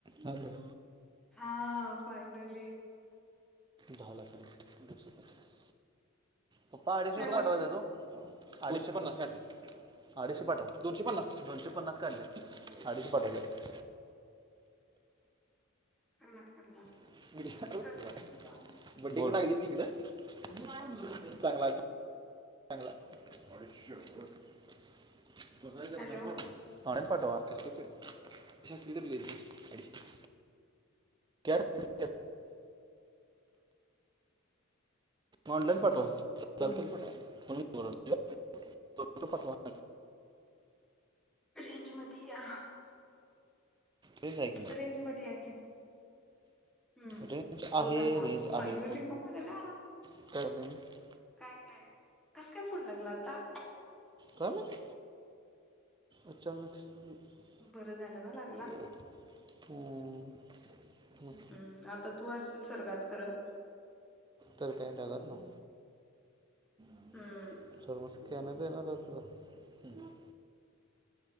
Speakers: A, on the right; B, in the centre.
A: Hello
B: हा finally
A: दहा लाखांनी दोशे पस पपाहाडीशिय
B: हॅलो
A: पाठवायचा तो. <unintelligible> अडीचशे पन्नाससाठी अडीशे पाटव दोनशे पन्नास, दोनशे पन्नास काढल्यात अडीशे पाटवायचेत.
B: करणार करणार.
A: <inaudible>
B: करणार की तुला
A: बुड्डी <unintelligible> चांगलय चांगलय. आयशपथ! <unintelligible>
B: हॅलो
A: <inaudible> पाठवा. <inaudible> <inaudible> ऑनलाईन पाठवा. <unintelligible> <inaudible> पाठवा. <inaudible>
B: रेंजमधी या.
A: रेंज हाय.
B: रेंजमध्ये या कि. हम्म,
A: रेंज आहे
B: बोल आता
A: रेंज आहे
B: फायनली
A: पण
B: कॉल लला.
A: <inaudible>
B: काय नाय, कस काय फोन लागला आता?
A: काय माहीत, अचानक <unintelligible>
B: बरं झालं ना लागला?
A: हम्म. मग
B: हम्म, आता तू असशील स्वर्गात खरं.
A: तर काय, ढगातन. <unintelligible>
B: हम्म
A: स्कॅनर दे ना रे तुजा, हम्म.